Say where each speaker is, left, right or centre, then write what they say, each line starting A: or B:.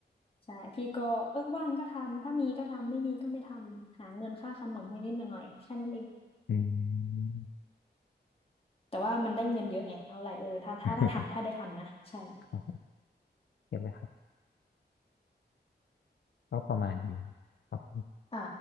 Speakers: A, on the left; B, on the left.
A: ใช่พี่ก็เออว่างก็ทำถ้ามีก็ทำไม่มีก็ไม่ทำหาเงินค่าขนมนิดๆหน่อยๆแค่นั้นเอง
B: อืม
A: แต่ว่ามันได้เงินเยอะไงเอาไรเออถ้าถ้าถ้าทำถ้าได้ทำนะใช่
B: <laughs> โอเคเลยครับ ก็ประมาณนี้ครับผม
A: อ่า